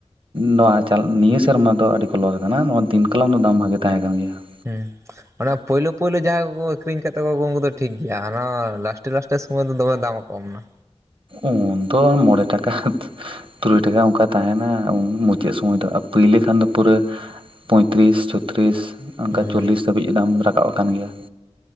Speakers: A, on the right; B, on the right.
A: ᱱᱚᱣᱟ ᱪᱟ ᱱᱤᱭᱟᱹ ᱥᱮᱨᱢᱟ ᱫᱚ ᱟᱹᱰᱤ ᱠᱚ ᱞᱚᱥ ᱟᱠᱟᱱᱟ ᱾ ᱱᱚᱣᱟ ᱫᱤᱱ ᱠᱟᱞᱢ ᱫᱚ ᱫᱟᱢ ᱵᱷᱟᱜᱮ ᱛᱟᱦᱮᱸ ᱠᱟᱱ ᱜᱮᱭᱟ ᱾
B: ᱦᱮᱸ ᱚᱱᱟ ᱯᱳᱭᱞᱳ ᱯᱳᱭᱞᱳ ᱡᱟᱦᱟᱸᱭ ᱠᱚᱠᱚ ᱟᱹᱷᱨᱤᱧ ᱠᱟᱫ ᱛᱟᱠᱚᱣᱟ ᱩᱱᱠᱩ ᱫᱚ ᱴᱷᱤᱠ ᱜᱮᱭᱟ ᱦᱟᱱᱟ ᱞᱟᱥᱴᱮ ᱞᱟᱥᱴᱮ ᱥᱚᱢᱚᱭ ᱫᱚ ᱫᱚᱢᱮ ᱫᱟᱢ ᱠᱚᱢ ᱱᱟ ᱾
A: ᱩᱱ ᱫᱚ ᱢᱚᱬᱮ ᱴᱟᱠᱟ ᱛᱩᱨᱩᱭ ᱴᱟᱠᱟ ᱚᱱᱠᱟ ᱛᱟᱦᱮᱸᱱᱟ ᱩᱱ ᱢᱩᱪᱟᱹᱫ ᱥᱚ ᱥᱚᱢᱚᱭ ᱫᱚ ᱟ ᱯᱟᱹᱭᱞᱟᱹ ᱠᱷᱟᱱ ᱫᱚ ᱯᱩᱨᱟᱹ ᱯᱚᱸᱭᱛᱨᱤᱥ, ᱪᱷᱚᱛᱨᱤᱥ ᱚᱱᱠᱟ
B: ᱦᱳᱭ
A: ᱪᱚᱞᱞᱤᱥ ᱫᱷᱟᱹᱵᱤᱡ ᱫᱟᱢ ᱨᱟᱠᱟᱵ ᱠᱟᱱ ᱜᱮᱭᱟ ᱾